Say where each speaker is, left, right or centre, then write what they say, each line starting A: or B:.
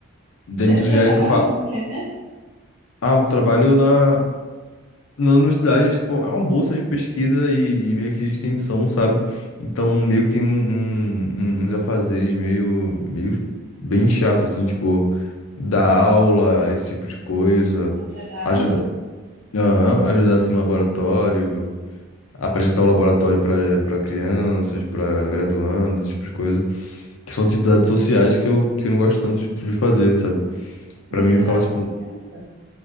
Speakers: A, on the left; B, on the right.
A: Daí
B: Você,
A: me sugerem
B: você trabalha
A: que eu fa...
B: com o quê mesmo?
A: Ah, trabalho na. Na universidade, é, tipo, é uma bolsa de pesquisa e, e meio que de extensão, sabe? Então, meio que tem um- um- um, uns afazeres meio, meio bem chato, assim, tipo, dar aula, esse tipo de coisa,
B: Você dá
A: ajudar,
B: aula?
A: aham, ajudar, assim, no laboratório, apresentar o laboratório para para crianças, para graduandos, esse tipo de coisa. Que são atividades sociais que eu, que eu não gosto tanto de, de fazer, sabe?
B: Você
A: Pra mim, eu
B: dá
A: ficava,
B: aula
A: tipo,
B: para criança?